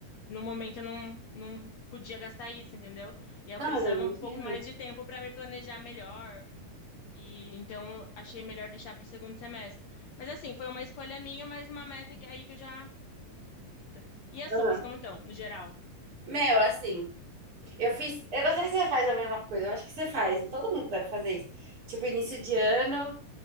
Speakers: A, on the left; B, on the right.
A: no momento eu não, não podia gastar isso, entendeu? E aí eu
B: Não,
A: precisava
B: mas eu imagino.
A: um pouco mais de tempo pra me planejar melhor. E então eu achei melhor deixar pro segundo semestre. Mas assim, foi uma escolha minha, mas uma meta que, aí que eu já. tá. E as
B: Aham.
A: suas, como estão, no geral?
B: Meu, assim. Eu fiz, eu não sei se você faz a mesma coisa, eu acho que você faz, todo mundo deve fazer isso. Tipo, início de ano,